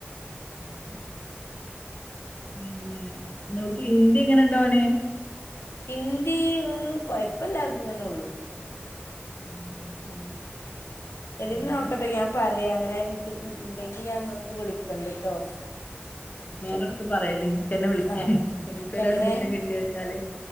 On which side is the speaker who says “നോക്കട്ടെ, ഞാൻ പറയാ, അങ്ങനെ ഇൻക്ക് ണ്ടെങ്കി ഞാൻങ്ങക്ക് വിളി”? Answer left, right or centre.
Left